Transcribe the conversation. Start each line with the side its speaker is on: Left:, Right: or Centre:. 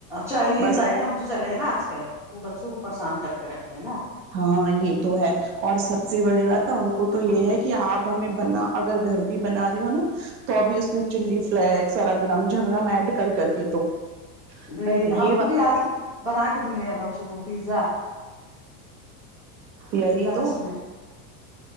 Centre: چائنیز
Right: بس
Centre: آئٹم تو چلے ہے نا آج وہ بچوں کو پرریشان کر کے رکھے ہے نا
Right: ہاں یہ تو ہے اور سب سے بڑی بات ہے ان کو تو یہ ہے کہ آپ ہمیں بنا اگر گھر بھی بنا رہی ہو نا تو ابھی اس میں چلی فلیکس اور گرم جھگڑا ایڈ کر کر کے دو
Centre: جی
Right: میں کہ
Centre: ہم
Right: یہ
Centre: خود
Right: بات
Centre: ہی آج بنا کے دیے ہیں بچوں کو پیزا
Right: یہی
Centre: لنچ
Right: تو
Centre: میں